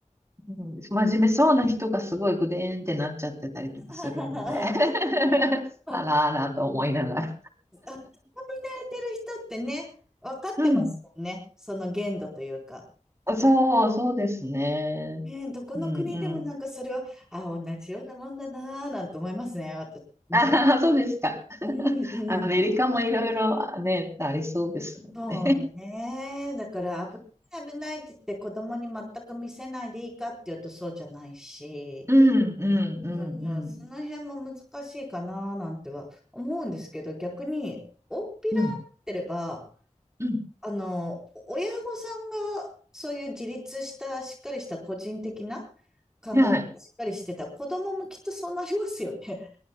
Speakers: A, on the right; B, in the centre.
A: うん、真面目そうな人がすごいグデーンってなっちゃってたりとかするので
B: <laughs>
A: <laughs>
B: あ
A: あらあらと思いながら
B: 遊び慣れてる人ってね、分かってますもんね、
A: <laughs> うん。
B: その限度というか。
A: そう、そうですね。
B: ね、どこの国でもなんかそれは、
A: うんうん。
B: あ、同じようなもんだなぁ、なんて思いますね、私見て。
A: ああ、そうですか。<laughs>
B: うん、うん。
A: アメリカもいろいろね、ありそうですね。
B: そうね。だから危ない危ないって言って子供に全く見せないでいいかっていうとそうじゃないし、
A: うんうんうんうん
B: うん、その辺も難しいかななんては思うんですけど、逆に大っぴらになってれば、
A: うんうん
B: あの、親御さんがそういう自立したしっかりした個人的な考え方しっかりしてた子供もきっとそうなりますよね。
A: はい。